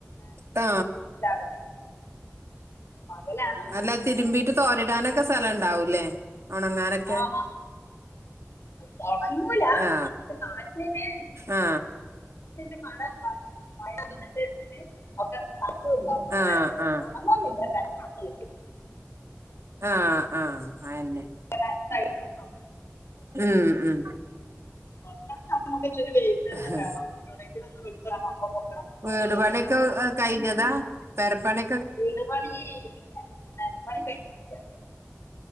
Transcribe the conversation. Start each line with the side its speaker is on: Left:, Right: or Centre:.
Right: ആ
Left: അടങ്ങി പകലാണ് നമുക്ക്
Right: അല്ല
Left: ബുദ്ധിമുട്ട്
Right: തിരുമ്പീട്ട് തോരിടാനൊക്കെ സലം ഇണ്ടാവുംല്ലേ ഒണങ്ങാനൊക്കെ
Left: ആ ആ, അത് ഉണങ്ങൂല
Right: ആ
Left: നമുക്ക് കാറ്റിന്
Right: ആ
Left: <unintelligible> ഒക്കെ ഉണ്ടാവും പക്ഷെ
Right: അ അ
Left: ഉണങ്ങൊന്നില്ല വെള്ളമാണ് കിട്ടും
Right: ആ ആ അയന്നെ
Left: ഇങ്ങനെ സൈഡ അ
Right: മ് മ്
Left: ഉണക്കണം നമുക്ക് ഇച്ചിരി വെയിൽ തന്നെ
Right: ഹ്
Left: വേണം എവിടെയെങ്കിലും ഒന്ന് വിളിച്ചു വേണം അപ്പം കൊണ്ടിടാം പുറത്ത്
Right: വീടു
Left: കൊണ്ടിടാൻ
Right: പണൊക്കെ എ കഴിഞ്ഞതാ പെരപ്പണൊ
Left: വീട് പണി പിന്ന നെലപ്പണി കഴഞ്ഞിട്ടില്ല